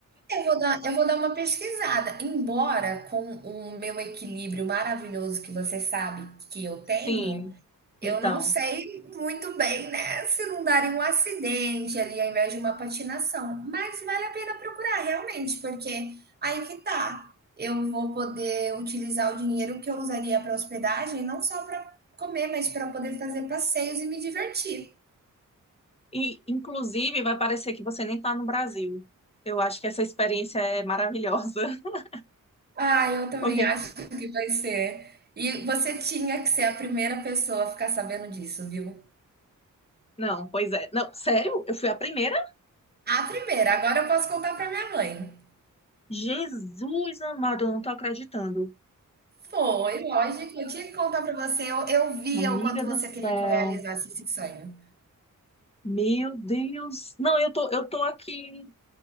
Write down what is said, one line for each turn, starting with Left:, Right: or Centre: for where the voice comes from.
Right: eu vou dar, eu vou dar uma pesquisada. Embora com o meu equilíbrio maravilhoso que você sabe que eu tenho,
Left: Sim, então.
Right: Eu não sei muito bem, né, se não darem um acidente ali ao invés de uma patinação, mas vale a pena procurar realmente, porque aí que tá, eu vou poder utilizar o dinheiro que eu usaria para hospedagem, não só para comer, mas para poder fazer passeios e me divertir.
Left: E, inclusive, vai parecer que você nem está no Brasil. Eu acho que essa experiência é maravilhosa. <laughs>
Right: Ah, eu também
Left: Porque...
Right: acho que vai ser. E você tinha que ser a primeira pessoa a ficar sabendo disso, viu?
Left: Não, pois é. Não, sério? Eu fui a primeira?
Right: A primeira, agora eu posso contar para minha mãe.
Left: Jesus amado, eu não tô acreditando.
Right: Foi, lógico. Eu tinha que contar para você. Eu, eu via
Left: Amiga
Right: o quanto você
Left: do céu.
Right: queria que eu realizasse esse sonho.
Left: Meu Deus. Não, eu tô, eu tô aqui.